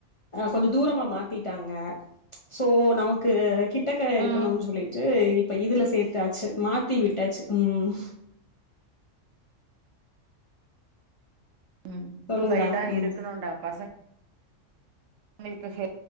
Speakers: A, on the left (about 40°); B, on the right (about 80°).
A: கொஞ்சோ தூரமா மாத்திட்டாங்க ம்ச் சோ நமக்கு கிட் டக்க இருக்கணுன்
B: ம்
A: சொல்லிட்டு இப்ப இதுலஸ் விட்டாச்சு மாத் த்தி விட்டாச்சு ம்
B: ம்
A: சொல்லுங்கடா
B: பயிடா
A: ம்
B: இருக்குணுன்டா பசங் ளுக்கு